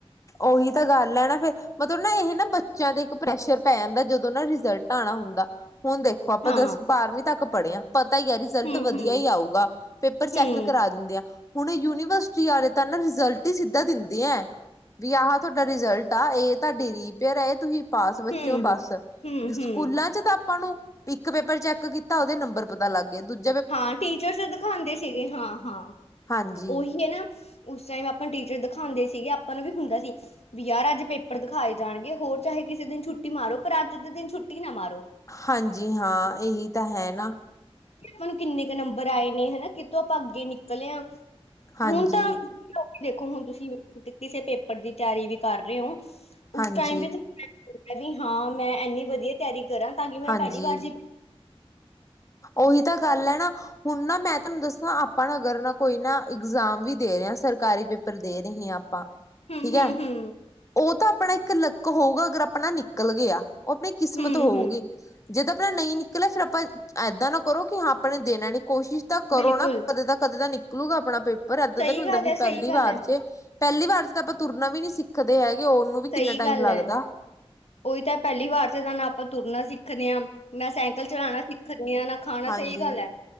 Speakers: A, on the left (about 30°); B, on the left (about 80°).
A: ਉਹੀ, ਤਾਂ ਗੱਲ ਹੈ ਨਾ ਫੇਰ। ਮਤਲਬ ਨਾ, ਇਹ ਨਾ ਬੱਚਿਆਂ ਦੇ ਇੱਕ ਪ੍ਰੈਸ਼ਰ ਪੈ ਜਾਂਦਾ ਜਦੋਂ ਨਾ ਰਿਜਲਟ ਆਉਣਾ ਹੁੰਦਾ, ਹੁਣ ਦੇਖ ਆਪਾਂ,
B: ਹਾਂ
A: ਦਸ ਬਾਰਵੀਂ ਤੱਕ ਪੜੇ ਆ। ਪਤਾ ਹੀ ਹੈ, ਰਿਜ਼ਲਟ
B: ਹੂੰ
A: ਵਧੀਆ
B: ਹੂੰ
A: ਹੀ ਆਊਗਾ ਪੇਪਰ ਚੈੱਕ
B: ਹੂੰ
A: ਕਰਾ ਦਿੰਦੇ ਆ। ਹੁਣ, ਯੂਨੀਵਰਸਿਟੀ ਵਾਲੇ ਤਾਂ ਰਿਜਲਟ ਹੀ ਸਿੱਧਾ ਦਿੰਦੇ ਐ। ਰਿ, ਆਹ ਤਾ ਰਿਜ਼ਲਟ ਆ, ਇਹ ਤਾਡੀ ਰੀ ਪੇ ਹੇ ਤੁਸੀਂ ਪਾਸ ਬੱਚਿਓ,
B: ਹੂੰ,
A: ਬੱਸ‌।
B: ਹੂੰ,
A: ‌ਸਕੂਲਾਂ
B: ਹੂੰ,
A: ਚ ਤਾਂ ਆਪਾਂ ਨੂੰ--‌ ਇੱਕ ਪੇਪਰ ਚੈੱਕ ਕੀਤਾ, ਉਹਦੇ ਨੰਬਰ ਪਤਾ ਲੱਗ ਗਏ ਦੂਜ
B: ਹਾਂ, ਟੀਚਰ ਤਾਂ ਸਿਖਾਂਦੇ ਸੀਗੇ ਹਾਂ, ਹਾਂ
A: ਹਾਂਜੀ
B: ਔਹੀ ਹੈ ਨਾ। ਉਸ ਟਾਈਮ ਆਪਾਂ ਨੂੰ ਟੀਚਰ ਦਿਖਾਉਂਦੇ ਸੀਗੇ, ਆਪਾਂ ਨੂੰ ਵੀ ਹੁੰਦਾ ਸੀ। ਯਾਰ, ਅਜ ਪੇਪਰ ਦਿਖਾਏ ਜਾਣਗੇ ਹੋਰ ਚਾਹੇ ਕਿਸੇ ਦਿਨ ਛੁੱਟੀ ਮਾਰੋ, ਪਰ ਅੱਜ ਦੇ ਦਿਨ ਛੁੱਟੀ ਨਾ ਮਾਰੋ।
A: ਹਾਂਜੀ, ਹਾਂ ਏਹੀ ਤਾਂ ਹੈ ਨਾ।
B: ਹੁਣ ਕਿੰਨੇ ਕੇ ਨੰਬਰ ਆਏ ਨੇ, ਹੱਨਾ ਕਿਤੋਂ ਭਗਕੈ ਨਿਕਲੇ ਆਂ
A: ਹਾਂਜੀ
B: ਹੁਣ ਤਾਂ ਕਿਉਂ ਕੀ ਦੇਖੋ, ਹੁਣ ਤੁਸੀਂ ਕਿਸੇ ਪੇਪਰ ਦੀ ਤਿਆਰੀ ਵੀ ਕਰ ਰਹੇ ਹੋ ਉਸ
A: ਹਾਂਜੀ
B: ਟਾਈਮ ਵਿੱਚ ਕਹਿਂਦੀ, ਹਾਂ ਮੈਂ ਇੰਨੀ ਵਧੀਆ ਤਿਆਰੀ ਕਰਾਂ। ਤਾਂ ਕਿ ਮੇਰਾ
A: ਹਾਂਜੀ,
B: ਪਹਿਲੀ ਵਾਰ 'ਚ
A: ਔਹੀ ਤਾਂ ਗੱਲ ਹੈ ਨਾ। ਹੁਣ ਨਾ, ਮੈਂ ਤੁਹਾਨੂੰ ਦੱਸਾਂ ਆਪਾਂ ਨਾ ਅਗਰ ਨਾ ਕੋਈ ਨਾ ਇਗਜ਼ਾਮ ਵੀ ਦੇ ਰਹੇ ਹ, ਸਰਕਾਰੀ ਪੇਪਰ ਦੇ ਰਹੇ ਹਾਂ। ਆਪਾਂ
B: ਹੂੰ,
A: ਠੀਕ
B: ਹੂੰ,
A: ਹੈ,
B: ਹੂੰ।
A: ਉਹ ਤਾਂ ਆਪਣਾ ਇੱਕ ਲੱਕ ਹੋਊਗਾ, ਅਗਰ ਆਪਣਾ ਨਿਕਲ ਗਿਆ। ਓ ਆਪਣੀ ਕਿਸਮਤ
B: ਹੂੰ-ਹੂੰ,
A: ਹੋਊਗੀ। ਜੇ ਤਾਂ ਆਪਣਾ ਨਹੀਂ ਨਿਕਲਿਆ ਫਿਰ ਆਪਾਂ ਏਦਾਂ ਨਾ ਕਰੋ ਕਿ ਹਾਂ ਆਪਾਂ ਨੇ ਦੇਣਾ ਨਹੀਂ ਕੋਸ਼ਿਸ਼ ਤਾਂ ਕਰੋ
B: ਬਿਲਕੁਲ
A: ਨਾ ਕਦੇ ਤਾਂ ਕਦੇ ਤਾਂ ਨਿਕਲੂਗਾ ਆਪਣਾ ਪੇਪਰ ਏਦਾਂ
B: ਸਹੀ
A: ਤਾਂ ਨੀ ਹੁੰਦਾ
B: ਗੱਲ
A: ਵੀ
B: ਐ, ਸਹੀ
A: ਪਹਿਲੀ
B: ਗੱਲ
A: ਵਾਰ
B: ਐ,
A: 'ਚ ਪਹਿਲੀ ਵਾਰ 'ਚ ਤਾਂ ਆਪਾਂ ਤੁਰਨਾ ਵੀ ਨੀ ਸਿੱਖਦੇ ਹੈਗੇ ਉਹਨੂੰ ਵੀ ਕਿੰਨਾ
B: ਸਹੀ
A: ਟਾਈਮ
B: ਗੱਲ
A: ਲੱਗਦਾ।
B: ਐ। ਉਹੀ ਤਾਂ ਪਹਿਲੀ ਵਾਰ 'ਚ ਤੇ ਨਾ ਆਪਾਂ ਤੁਰਨਾ ਸਿੱਖਦੇ ਹਾਂ। ਨਾ ਸਾਈਕਲ ਚਲਾਣਾ ਸਿੱਖਦੇ ਆ ਨਾ ਖਾਣਾ
A: ਹਾਂਜੀ
B: ਸਹੀ ਗੱਲ ਹੈ